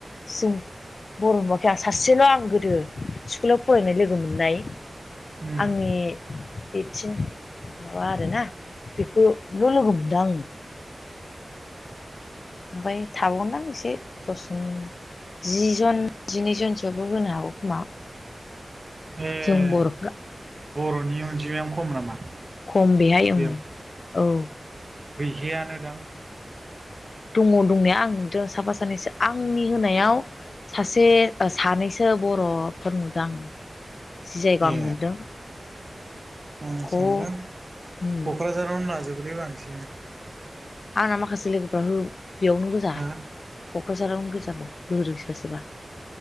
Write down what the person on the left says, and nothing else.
जों बर' नुवाखै आं सासेल' आं गोदो स्कुलाव फरायनाय लोगो मोननाय
आंनि देसिन माबा आरोना बेखौल' लोगो हम दां ओमफाय थाबावगोनदां एसे दसन जि जन जिनैजनसोबो होनो हागौ खोमा।
जों बर'फ्रा
खम बेहाय ओं
औ।
दङ दंनाया आं नुदों साफा सानैसो आंनि होनायाव सासे सानैसो बर'फोर नुदों जि जायगायाव
आं मोनदों।
ह'
उम
आंना माखासे लोगोफ्रा बेयावनो गोजा
क'क्राझारावनो गोजा बावनो होदों सोरबा सोरबा